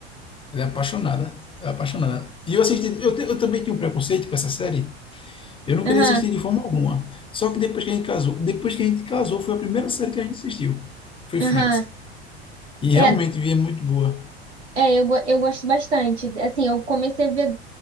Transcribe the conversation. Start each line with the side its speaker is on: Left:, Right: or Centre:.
Left: Ela é apaixonada. Ela é apaixonada. E eu assisti, eu, te- eu também tinha um preconceito com essa série. Eu não
Right: Aham,
Left: queria assistir de forma alguma. Só que depois que a gente casou, depois que a gente casou, foi a primeira série que a gente assistiu. Foi
Right: aham.
Left: Friends. E realmente
Right: É,
Left: vi, é muito boa.
Right: é eu, go- eu gosto bastante. Assim, eu comecei a ver,